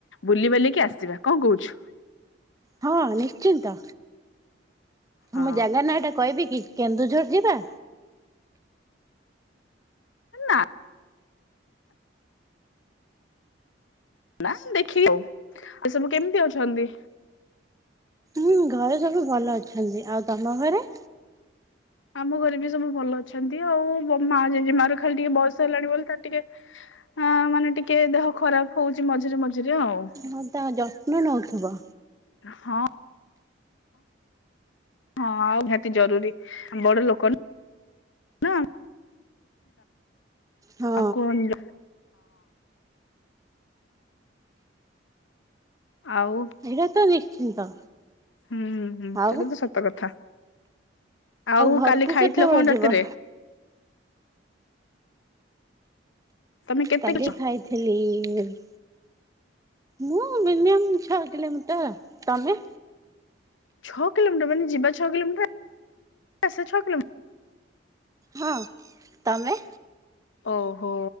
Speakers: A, on the left (about 80°); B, on the right (about 20°).
A: ବୁଲିିବାଲିକି ଆସିବା କଣ କହୁଛୁ?
B: ହଁ ନିଶ୍ଚିନ୍ତ
A: ହଁ
B: ମୁଁ ଜାଗା ନାଁଟା କଇବି କି କେନ୍ଦୁଝର ଯିବା?
A: ନାଁ। ନା ଦେଖିକି ଆଉ ଆଉ ସବୁ କେମିତି ଅଛନ୍ତି?
B: ହୁଁ ଘରେ ସବୁ ଭଲ ଅଛନ୍ତି ଆଉ ତମ ଘରେ?
A: ଆମ ଘରେ ବି ସବୁ ଭଲ ଅଛନ୍ତି। ଆଉ ବ ମା ଜେଜେ ମା ର ଖାଲି ଟିକେ ବୟସ ହେଲାଣି ବୋଲି ତାର ଟିକେ ହଁ ମାନେ ଟିକେ ଦେହ ଖରାପ ହଉଚି ମଝିରେ ମଝିରେ ଆଉ।
B: ହଁ ତା ଯତ୍ନ ନଉଥୁବ।
A: ହଁ। ହଁ ଆଉ ନିହାତି ଜରୁରୀ। ବଡ ଲୋକ ନା।
B: ହଁ
A: ତାଙ୍କୁ ହଁ। ଆଉ।
B: ଏଇଟା ତ ନିଶ୍ଚିନ୍ତ।
A: ହୁଁ ହୁଁ
B: ଆଉ
A: ସେଇଟା ତ ସତ କଥା। ଆଉ
B: ଘରକୁ
A: କାଲି ଖାଇଥିଲ
B: କେତେବେଳେ
A: କଣ
B: ଯିବ?
A: ରାତିରେ? ତମେ କେତେ
B: କାଲି
A: କିଛ
B: ଖାଇଥିଲି। ମୁଁ ମିନିମମ୍ ଛଅ କିଲୋମିଟର। ତମେ?
A: ଛଅ କିଲୋମିଟର ମାନେ ଯିବା ଛଅ କିଲୋମିଟର ଆସିବା ଛଅ କିଲୋମିଟର।
B: ହଁ। ତମେ?
A: ଓହୋ